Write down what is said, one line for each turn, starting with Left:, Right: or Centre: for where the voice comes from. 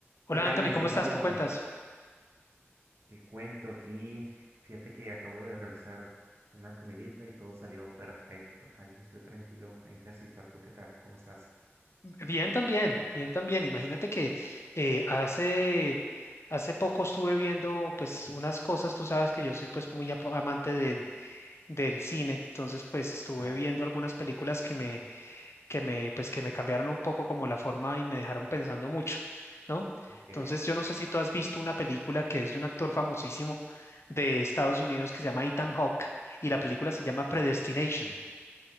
Left: Hola
Right: ¿Qué tal,
Left: Anthony,
Right: mi estimado?
Left: ¿cómo estás? ¿Qué cuentas?
Right: ¿Qué cuento aquí? Fíjate que acabo de realizar una comidita y todo salió perfecto. Allí estoy tranquilo en casita. ¿Tú qué tal? ¿Cómo estás?
Left: Bien también, bien también. Imagínate que eh, hace, hace poco estuve viendo pues unas cosas, tú sabes que yo soy pues muy apa- amante del, del cine, entonces pues estuve
Right: Ah,
Left: viendo algunas películas que me, que me, pues que me cambiaron un poco como la forma y me dejaron pensando mucho, ¿no?
Right: ok.
Left: Entonces yo no sé si tú has visto una película que es de un actor famosísimo de Estados Unidos que se llama Ethan Hawke y la película se llama Predestination.